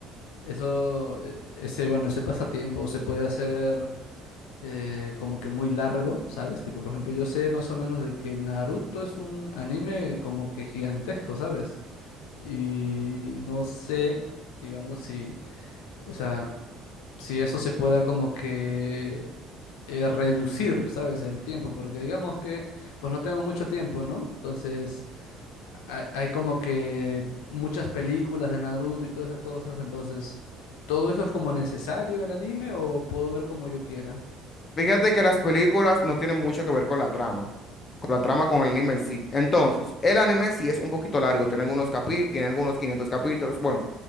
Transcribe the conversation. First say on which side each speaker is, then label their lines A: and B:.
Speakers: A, on the left; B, on the left.
A: Eso, eh, ese, bueno, ese pasatiempo se puede hacer eh, como que muy largo, ¿sabes? Tipo, por ejemplo, yo sé más o menos de que Naruto es un anime como que gigantesco, ¿sabes? Y no sé, digamos, si, o sea, si eso se pueda como que eh, reducir, ¿sabes? El tiempo, porque digamos que, pues no tengo mucho tiempo, ¿no? Entonces hay, hay como que muchas películas de Naruto y todas esas cosas, entonces, ¿todo eso es como necesario en el anime o puedo ver como yo quiera?
B: Fíjate que las películas no tienen mucho que ver con la trama, con la trama con el anime en sí. Entonces, el anime sí es un poquito largo, tiene algunos capi, tiene algunos 500 capítulos. Bueno.